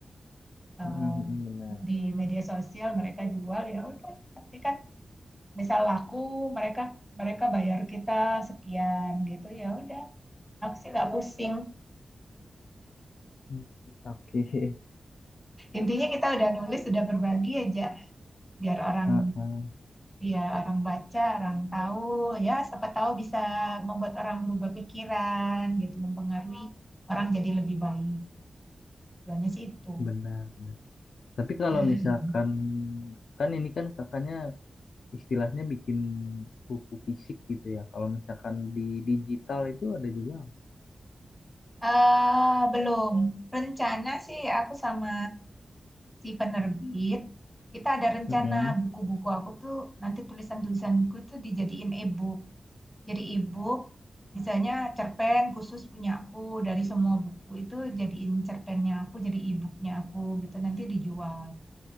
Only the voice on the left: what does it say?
Mm, mm, mm, Benar.
Hmm, Oke. <laughs>
Heeh,
benar, benar. Tapi kalau
misalkan kan ini kan kakaknya istilahnya bikin buku fisik gitu ya. Kalau misalkan di digital itu ada juga.
Mm-mm.